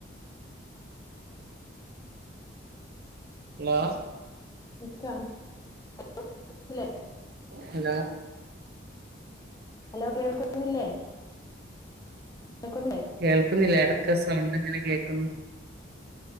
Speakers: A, on the right; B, on the left.
A: ഹലോ
B: <unintelligible>
A: ഹലോ
B: ഹലോ കേൾക്കുന്നില്ലേ കേൾക്കുന്നില്ലേ
A: കേൾക്കുന്നില്ല ഇടക്ക് സൗണ്ട് ഇങ്ങനെ കേൾക്കുന്നു